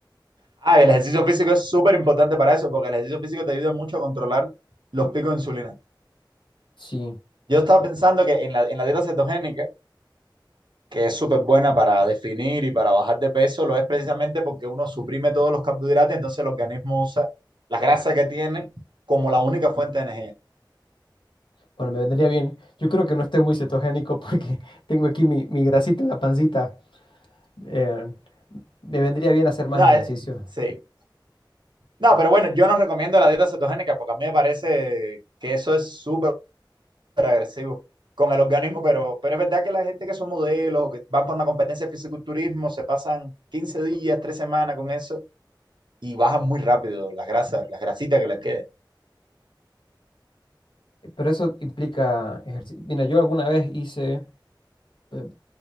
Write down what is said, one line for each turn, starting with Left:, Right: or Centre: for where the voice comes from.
Right: Ah, y el ejercicio físico es súper importante para eso, porque el ejercicio físico te ayuda mucho a controlar los picos de insulina.
Left: Sí,
Right: Yo estaba pensando que en la, en la dieta cetogénica, que es súper buena para definir y para bajar de peso, lo es precisamente porque uno suprime todos los carbohidratos, entonces el organismo usa la grasa que tiene como la única fuente
Left: mm,
Right: de energía.
Left: bueno, me vendría bien. Yo creo que no estoy muy cetogénico porque <laughs> tengo aquí mi, mi grasita en la pancita. Eh, me vendría bien hacer más
Right: No,
Left: ejercicio.
Right: eh, sí. No, pero bueno, yo no recomiendo la dieta cetogénica porque a mí me parece que eso es súper agresivo con el organismo, pero, pero es verdad que la gente que son modelos o que van por una competencia de fisiculturismo se pasan 15 días, 3 semanas con eso y bajan muy rápido las grasas, las grasitas que les queden.
Left: Pero eso implica ejercicio. Mira, yo alguna vez hice eh,